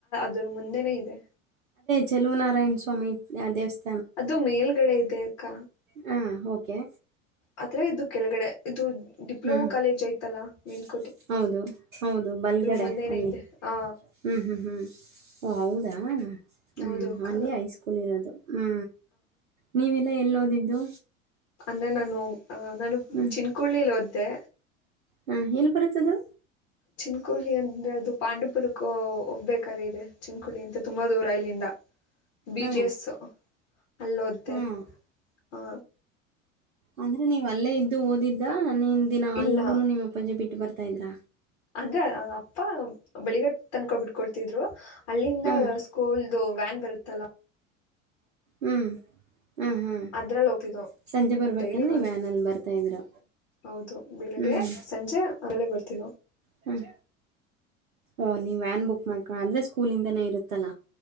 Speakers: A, on the left (about 55°); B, on the right (about 80°).
A: ಅ್ರ ಮುಂದೆನೆ ಇದೆ
B: ಚೆಲುವ ನಾರಾಯಣ ಸ್ವಾಮಿ ಆ ದೇವಸ್ಥ
A: ಅದು ಮೇಲ್ಗಡೆ ಇದೆ ಅಕ್ಕ
B: ಹಾಂ ಓಕೆ
A: ಅತ್ರ ಇದು ಕೆಳಗಡೆ ಇದು ಡಿಪ್ಲೊಮಾ
B: ಹ್ಮ್
A: ಕಾಲೇಜ್ ಐ್ತಲ್ಲಾ <unintelligible>
B: <inaudible>
A: ಮುಂದೆನೆ ಇದೆ ಆ
B: ಓ ಹೌದಾ ಹ್ಮ
A: ಹೌದು ಅಕ್ಕ
B: ಅಲ್ಲೇ ಹೈಸ್ಕೂಲ್ ಇರೋದು ಹ್ಮ ನೀವೆಲ್ಲ ಎಲ್ಲಿಓದಿದ್ದು
A: ಇ ನಾನು ಆ ನಾನು
B: ಹ್ಮ್
A: ಚಿನ್ಕಳ್ಳಿಲ್ಲಿದ ತೆ
B: ಹಾ ಎಲ್ಲಿ ಬರುತ್ತದು
A: ಚಿನ್ಕುಳಿ ಅಂದ್ರೆ ಅದು ಪಾಂಡಪುರಕ್ಕೂ ಹೋಗ್ಬೇಕಾರೆ ಇದೆ ಚಿನ್ಕುಳಿ ಅಂತ ತುಂಬಾ ದೂರ ಇಲ್ಲಿಂದ ಬಿ
B: ಹಾ
A: ಜೆ ಎಸ್ ಅಲ್ಲೋ್ದೆ
B: ಹಾ
A: ಹ
B: ಅಂದ್ರೆ ನೀವ್ ಅಲ್ಲೇ ಇದ್ದು ಓದಿದ್ದ ನ್ ದಿನ ಅಲ್ಗುನು
A: ಇಲ್ಲ
B: ನಿಮ್ಮ ಅಪ್ಪಾಜೆ ಬಿಟ್ಟು ಬರ್ತ ತಂದ್ರ
A: ಅಂದ್ರೆ ಅಪ್ಪ ಬಳಿಗಟ್ಟ ತನ್ಕೊಬಿಟ್ಕೊಡ್ತಿದ್ರು ಅಲ್ಲಿಂದ
B: ಹ್ಮ್
A: ಸ್ಕೂಲ್ದು ವ್ಯಾನ್ ಬರುತ್ತಲ್ಲಾ
B: ಹ್ಮ್ ಹ್ಮ್ ಹ್ಮ್
A: ಅದ್ರಲ್ಲಿ ಹೋಗ್ತಿದ್ದು
B: ಸಂಜೆ
A: ಹ್ಮ
B: ಬರ್ಬೇಕಂದ್ರೆ
A: ಡೈಲಿ
B: ನೀವು ವ್ಯಾನಲ್ಲಿ ಬರ್ತಾಯಿದ್ರು
A: ಹೌದು ಬೆಳಿಗ್ಗೆ
B: ಹ್ಮ್
A: ಸಂಜೆ ಅದ್ರಲ್ಲಿ ಬರ್ತ ತಿ
B: ಹ್ಞ ಓಹ ನೀವು ವ್ಯಾನ್ ಬುಕ್ ಮಾಡ್ಕೊ ಅಂದರೆ ಸ್ಕೂಲಿಂದನೇ ಇರುತ್ತಲ್ಲ